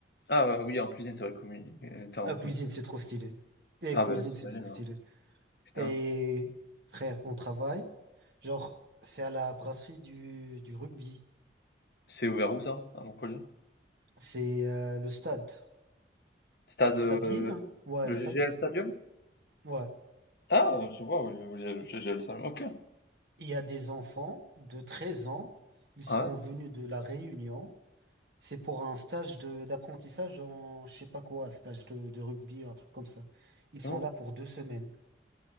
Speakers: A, on the left; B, on the right.
A: Ah, heu, oui, en cuisine, c'est vrai, communi heu, tu en
B: Ah,
A: cuisine.
B: cuisine, c'est trop stylé. Et
A: Ah
B: cuisine,
A: bah, j'imagine,
B: c'est trop stylé.
A: ouais. Putain,
B: Et frère, on travaille. Genre, c'est à la brasserie du, du rugby.
A: c'est ouvert où ça, à Montpellier?
B: C'est euh, le stade.
A: Stade,
B: Sabine?
A: heu,
B: Ouais,
A: le
B: Sabine.
A: GGL Stadium?
B: Ouais.
A: Ah, heu, je vois où il y a où il y a le GGL Stadium, OK.
B: Il y a des enfants de 13 ans. Ils
A: Ah
B: sont
A: ouais?
B: venus de la Réunion. C'est pour un stage de d'apprentissage en je sais pas quoi, stage de, de rugby, un truc comme ça. Ils sont
A: Oh.
B: là pour deux semaines.